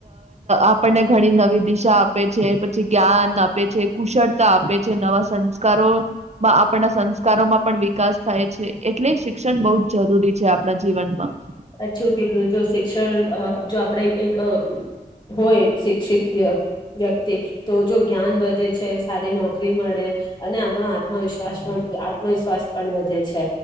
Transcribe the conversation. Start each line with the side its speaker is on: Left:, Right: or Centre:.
Right: આપણને ઘણી નવી દિશા આપે છે પછી જ્ઞાન આપે છે કુશળતા આપે છે નવા સંસ્કારો આપણા સંસ્કારોમાં પણ વિકાસ થાય છે, એટલે શિક્ષણ બહુ જ જરૂરી છે આપણા જીવનમાં.
Left: સાચું કીધું જો શિક્ષણ અ જો આપણે એક હોય શિક્ષિત વ્યક્તિ, તો જો જ્ઞાન વધે છે સારી નોકરી મળે, અને આપણો આત્મવિશ્વાસ પણ આત્મવિશ્વાસ પણ વધે છે.